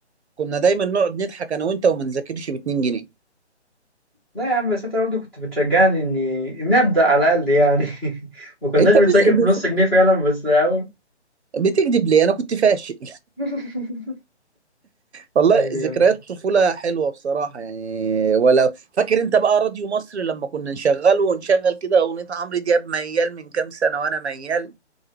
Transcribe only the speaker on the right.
كنا دايما نقعد نضحك انا وانت وما نذاكرش ب 2 جنيه
انت
بت...
بت-
بتكذب ليه انا كنت فاشل
والله
ذكريات
طفولة حلوة بصراحة يعني ولو فاكر انت بقى راديو مصر لما كنا نشغله ونشغل كده اغنية عمرو دياب ميال من كام سنة وانا ميال